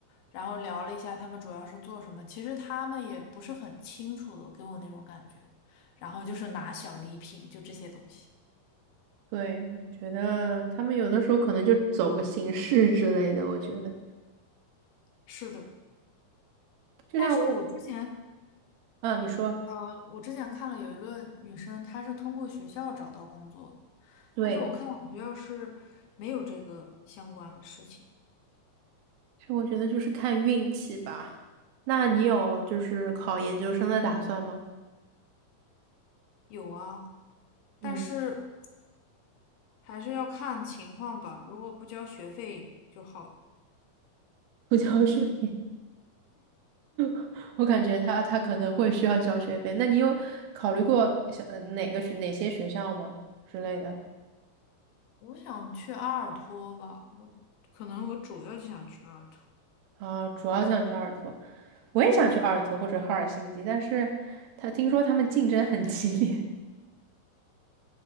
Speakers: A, on the left; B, on the right.
A: 然后聊了一下他们主要是做什么，其实他们也不是很清楚的，给我那种感觉。然后就是拿小礼品，就这些东西。
B: <laughs> 对，我觉得他们有的时候可能就走个形式之类的。我觉得，
A: 是的，
B: 就像我，
A: 但是我之前
B: 啊，你说。
A: 呃，我之前看了有一个女生，她是通过学校找到工作的，
B: 对，
A: 但是我看到我们学校是没有这个相关的事情。
B: 所以我觉得就是看运气吧。那你有就是考研究生的打算吗？
A: 有啊，
B: 嗯，
A: 但是还是要看情况吧，如果不交学费就好。
B: 不交学费，<laughs> 我感觉他他可能会需要交学费。那你有考虑过想哪个学哪些学校吗之类的？
A: 我想去阿尔托吧，我可能我主要就想去阿尔托。
B: 啊，主要想去阿尔托，我也想去阿尔托或者赫尔辛基，但是他听说他们竞争很激烈。